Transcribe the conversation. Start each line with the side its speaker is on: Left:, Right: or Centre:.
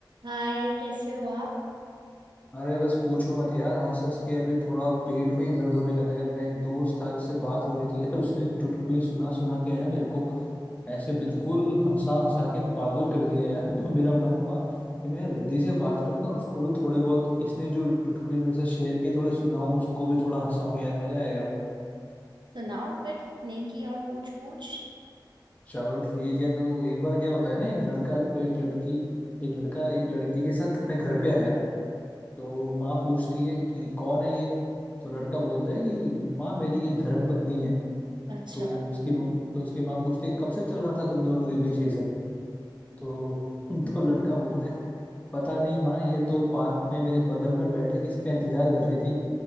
Right: हाय कैसे हो आप
Left: अरे बस पूछो मत यार हंस हंस के अभी थोड़ा पेट में ही दर्द होने लगा है मेरा एक दोस्त था जिससे बात हो रही थी यार उसने चुटकुले सुना सुना के है ना मेरे को ऐसे बिल्कुल हंसा हंसा के पागल कर दिया यार <laughs> तो मेरा मन हुआ कि मैं रिद्धि से बात करता हूँ उसको भी थोड़े बहुत इसने जो चुटकुले मेरे साथ शेयर किए थोड़े सुनाऊं उसको भी थोड़ा हंसाऊं यार मजा आएगा
Right: सुनाओ फिर नेकी और पूछ पूछ
Left: चलो ठीक है तो एक बार क्या होता है ना एक लड़का और एक लड़की एक लड़का एक लड़की के साथ अपने घर पे आया तो माँ पूछती है कि कौन है ये तो लड़का बोलता है कि माँ मेरी ये धर्म पत्नी है
Right: अच्छा
Left: तो उसकी माँ तो उसकी माँ पूछती है कब से चल रहा था तुम दोनों के बीच ये सब तो <laughs> तो लड़का बोलता है पता नहीं माँ ये तो पार्क में मेरे बगल में बैठे किसी का इंतजार कर रही थी